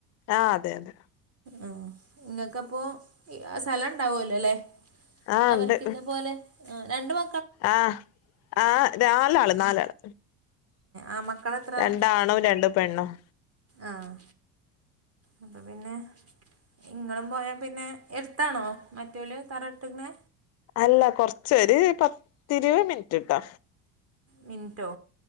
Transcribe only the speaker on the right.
ആ ഇങ്ങക്കപ്പോ സ്ഥലം ഇണ്ടാവുല്ലോല്ലേ
അവരിക്കിള്ള
പോലെ ആ രണ്ട് മ
ആണ് മക്കളെത്രാ
ആഹ് അപ്പ പിന്നെ ഇങ്ങളും പോയാൽ പിന്നെ എടുത്താണോ മറ്റോല് തറ ഇട്ട്ക്കണെ
മിനിറ്റോ